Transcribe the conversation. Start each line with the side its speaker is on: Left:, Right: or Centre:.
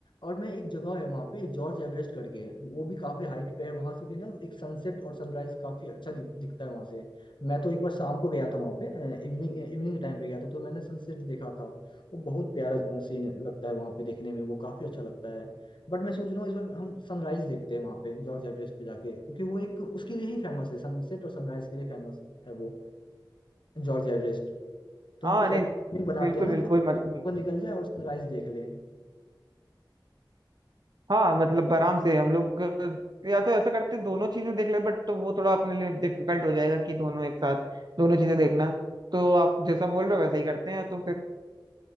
Left: और मैं एक जगह है वहाँ पे जॉर्ज एवरेस्ट करके वो भी काफी हाइट पे है वहां से भी ना एक सनसेट और सनराइज काफी अच्छा दिख, दिखता है वहां से मैं तो एक बार शाम को गया था वहाँ पे इवनिंग इवनिंग के टाइम पे गया था तो मैंने सनसेट देखा था वो बहुत प्यारा सीन लगता है वहाँ पे देखने में वो काफी अच्छा लगता है बट मैं सोच रहा हूँ इस बार हम सनराइज देखते हैं वहाँ पे जॉर्ज एवरेस्ट पे जाके क्योंकि वो एक उसके लिए ही फेमस है सनसेट और सनराइज के लिए फेमस है वो जॉर्ज एवरेस्ट तो
Right: हाँ
Left: हम कुछ ऐसा
Right: नहीं
Left: picnic बनाते
Right: बिल्कुल
Left: हैं ना
Right: बिल्कुल
Left: जो
Right: मतलब
Left: सुबह निकल जाए और सनराइज देख ले
Right: हाँ मतलब आराम से हम लोग क- या तो ऐसा करते दोनों चीजें देख ले बट तो वो थोड़ा अपने लिए डिफिकल्ट हो जाएगा कि दोनों एक साथ दोनों चीजें देखना तो आप जैसा बोल रहे हो वैसा ही करते हैं तो फिर